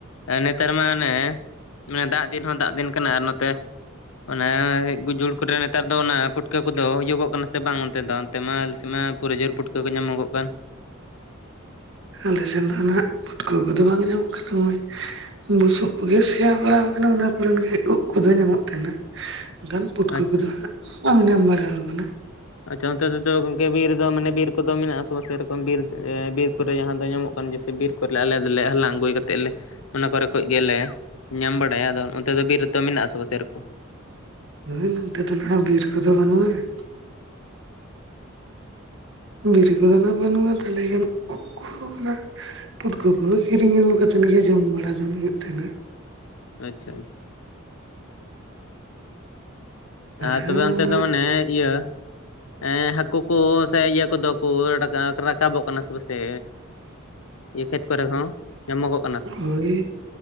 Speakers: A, on the left; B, on the right.
A: ᱱᱮᱛᱟᱨ ᱢᱟ ᱚᱱᱮ ᱾ ᱢᱟᱱᱮ ᱫᱟᱜ ᱫᱤᱱ ᱦᱚᱸ ᱫᱟᱜ ᱫᱤᱱ ᱠᱟᱱᱟ ᱟᱨ ᱱᱚᱛᱮ ᱾ ᱚᱱᱟ ᱜᱩᱡᱩᱲ ᱠᱚᱨᱮ ᱱᱮᱛᱟᱨ ᱫᱚ ᱚᱱᱟ ᱯᱩᱴᱠᱟᱹ ᱠᱚᱫᱚ ᱦᱩᱭᱩᱜᱚᱜ ᱠᱟᱱᱟ ᱥᱮ ᱵᱟᱝ ᱚᱱᱛᱮ ᱫᱚ? ᱛᱮᱢᱟᱞ ᱥᱮᱢᱟ ᱯᱩᱨᱟᱹ ᱡᱳᱨ ᱯᱩᱴᱠᱟᱹ ᱠᱚ ᱧᱟᱢᱚᱜ ᱠᱟᱱ ᱾
B: ᱟᱞᱮ ᱥᱮᱱ ᱫᱚ ᱱᱟᱦᱟᱜ ᱯᱩᱴᱠᱟᱹ ᱠᱚᱫᱚ ᱵᱟᱝ ᱧᱟᱢᱚᱜ ᱠᱟᱱᱟ ᱱᱚᱜᱼᱚᱭ ᱾ ᱵᱩᱥᱩᱜ ᱠᱚᱜᱮ ᱥᱮᱭᱟ ᱵᱟᱲᱟᱣ ᱠᱟᱱᱟ ᱚᱱᱟ ᱠᱚᱨᱮᱱ ᱜᱮ ᱩᱜ ᱠᱚᱫᱚ ᱧᱟᱢᱚᱜ ᱛᱷᱮᱱᱟ ᱾ ᱜᱟᱱ ᱯᱩᱴᱷᱟᱹ
A: ᱟᱪᱪᱷᱟ
B: ᱠᱚᱫᱚ ᱦᱟᱸᱜ ᱚᱝ ᱧᱟᱢ ᱵᱟᱲᱟᱣ ᱠᱟᱱᱟ ᱾
A: ᱟᱪᱪᱷᱟ ᱚᱱᱛᱮ ᱛᱮᱫᱚ ᱜᱚᱝᱠᱮ ᱵᱤᱨ ᱫᱚ ᱢᱟᱱᱮ ᱵᱤᱨ ᱠᱚᱫᱚ ᱢᱮᱱᱟᱜᱼᱟᱥᱮ ᱵᱟᱝ ᱥᱮᱨᱚᱠᱚᱢ ᱵᱤᱨ ᱵᱤᱨ ᱠᱚᱨᱮ ᱡᱟᱦᱟᱸ ᱫᱚ ᱧᱟᱢᱚᱜ ᱠᱟᱱ ᱜᱮ <unintelligible> ᱥᱮ ᱵᱤᱨ ᱾ ᱠᱚᱨᱮ ᱟᱞᱮ ᱫᱚᱞᱮ ᱦᱟᱞᱟᱝ ᱟᱹᱜᱩᱭ ᱠᱟᱛᱮᱫ ᱞᱮ ᱾ ᱚᱱᱟ ᱠᱚᱨᱮ ᱠᱷᱚᱭ ᱜᱮᱞᱮ ᱧᱟᱢ ᱵᱟᱲᱟᱭᱟ ᱟᱫᱚ ᱚᱱᱛᱮ ᱫᱚ ᱵᱤᱨ ᱨᱮᱛᱚ ᱢᱮᱱᱟᱜᱼᱟ ᱥᱮ ᱵᱟ ᱥᱮᱨᱚᱠᱚᱢ ᱾
B: <inaudible> ᱱᱚᱛᱮ ᱫᱚ ᱱᱟᱦᱟᱜ ᱵᱤᱨ ᱠᱚᱫᱚ ᱵᱟᱹᱱᱩᱜᱼᱟ ᱾ ᱵᱤᱨᱤ ᱠᱚᱫᱚ ᱱᱟᱜ ᱵᱟᱹᱱᱩᱜᱼᱟ ᱛᱟᱞᱮ ᱠᱷᱟᱱ ᱳᱜ ᱠᱚᱦᱚᱸ ᱱᱟᱜ ᱾ ᱯᱩᱴᱠᱟᱹ ᱠᱚᱫᱚ ᱠᱤᱨᱤᱧ ᱟᱹᱜᱩ ᱠᱟᱛᱮᱱ ᱜᱮ ᱡᱚᱢ ᱵᱟᱲᱟ ᱫᱚ ᱦᱩᱭᱩᱜ ᱛᱟᱦᱮᱱᱟ ᱾
A: ᱟᱪᱪᱷᱟ ᱟᱪᱪᱷᱟ ᱾ ᱟᱨ
B: ᱦᱟᱸᱜ
A: ᱛᱚᱵᱮ
B: ᱱᱚᱜᱼᱚ
A: ᱚᱱᱛᱮ
B: ᱱᱟ
A: ᱫᱚ ᱢᱟᱱᱮ ᱤᱭᱟᱹ ᱾ ᱮᱸ ᱦᱟᱹᱠᱳ ᱠᱚ ᱥᱮ ᱤᱭᱟᱹ ᱠᱚᱫᱚ ᱠᱚ ᱨᱟᱠᱟ ᱨᱟᱠᱟᱵᱚᱜ ᱠᱟᱱᱟ ᱥᱮ ᱵᱟᱥᱮ, ᱤᱭᱟᱹ ᱠᱷᱮᱛ ᱠᱚᱨᱮ ᱦᱚᱸ ᱧᱟᱢᱚᱜᱚᱜ ᱾
B: ᱦᱳᱭ